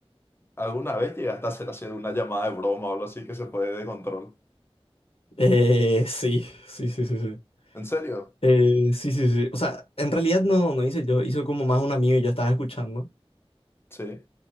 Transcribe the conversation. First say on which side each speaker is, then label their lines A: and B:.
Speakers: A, on the left; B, on the left.
A: ¿Alguna vez llegaste a hacer, hacer una llamada de broma o algo así que se fue de control?
B: Eh, sí, sí, sí, sí, sí.
A: ¿En serio?
B: Eh, sí, sí, sí. O sea, en realidad no, no hice yo, hizo como más un amigo y yo estaba escuchando.
A: Sí.